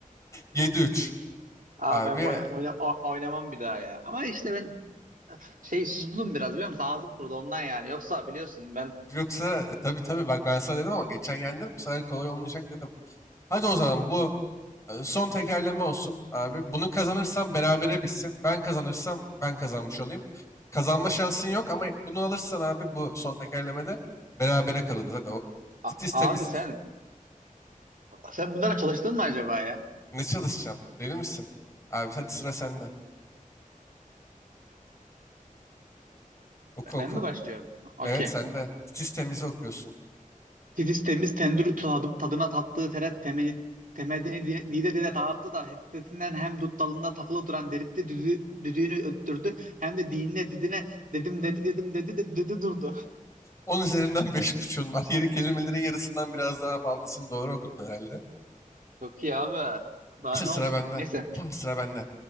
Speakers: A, on the left (about 20°); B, on the right (about 70°).
A: yedi üç
B: Aa
A: Abi
B: ben oy- oyna- o- oynamam bir daha ya. Ama işte ben şey sustum biraz biliyor musun? Ağzım kurudu ondan yani. Yoksa biliyorsun ben
A: Yoksa e, tabii tabii bak ben sana dedim ama geçen yendim bu sefer kolay olmayacak dedim. Hadi o zaman bu e, son tekerleme olsun abi. Bunu kazanırsam berabere bitsin. Ben kazanırsam ben kazanmış olayım. Kazanma şansın yok ama bunu alırsan abi bu son tekerlemede berabere kalırız. Hadi o
B: A-
A: titiz
B: abi
A: temiz
B: sen Sen bunlara çalıştın mı acaba ya?
A: ne çalışacağım deli misin? Abi hadi sıra sende. Oku
B: Ben
A: oku.
B: mi başlıyorum? Okey.
A: Evet sende. Titiz temizi okuyorsun.
B: Titiz temiz tendürü tadı, tadına tattığı teret temeli, temelini di- dide dide dağıttı da hiddetinden hem dut dalında takılı duran deritti düdü, düdüğünü öttürdü hem de dinine didine dedim dedi dedim dedi de, dedi durdu.
A: 10 üzerinden <laughs> 5,5'un var. Yeri kelimelerin yarısından biraz daha fazlasını doğru okudun herhalde.
B: Çok iyi abi.
A: <laughs>
B: Daha
A: Sıra
B: ne olsun.
A: bende.
B: Neyse.
A: <clears throat> Sıra bende.